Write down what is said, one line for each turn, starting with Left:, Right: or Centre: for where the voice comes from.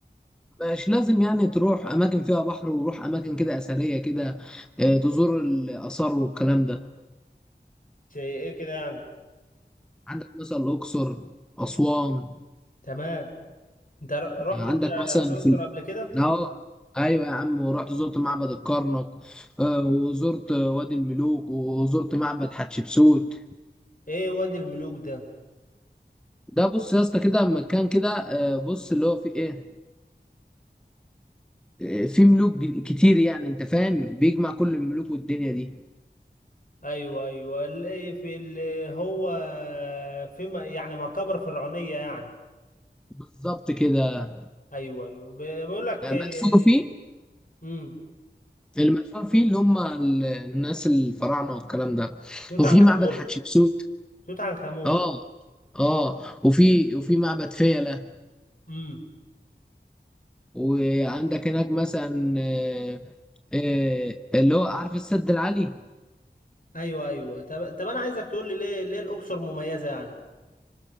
Centre: مش لازم يعني تروح اماكن فيها بحر وروح اماكن كده اثرية كده آه، تزور الاثار والكلام ده
Left: زي ايه كده يعني
Centre: عندك مثلا الاقصر اسوان
Left: تمام انت ر- رحت
Centre: آه، عندك
Left: انت
Centre: مثلا
Left: الاقصر
Centre: في
Left: قبل كده
Centre: اه ايوه يا عم ورحت زرت معبد الكرنك آه، وزرت آه، وادي الملوك وزرت معبد حتشبسوت
Left: ايه وادي الملوك ده
Centre: ده بص يا اسطى كده مكان كده آه، بص اللي هو فيه ايه آه، فيه ملوك ج- كتير يعني انت فاهم بيجمع كل الملوك والدنيا دي
Left: ايوه ايوه اللي ايه، في اللي هو في م- يعني مقابر فرعونيه يعني
Centre: بالظبط كده
Left: ايوه ايوه ب- بيقول لك
Centre: آه،
Left: إيه،
Centre: مدفون فيه
Left: امم
Centre: المدفون فيه اللي هم ال- الناس الفراعنه والكلام ده
Left: توت
Centre: وفي
Left: عنخ
Centre: معبد
Left: امون
Centre: حتشبسوت
Left: توت عنخ امون
Centre: اه اه وفي وفي معبد فيلة
Left: امم
Centre: وعندك هناك مثلا آه، آه، اللي هو عارف السد العالي
Left: ايوه ايوه طب طب انا عايزك تقول لي ليه ليه الاقصر مميزه يعني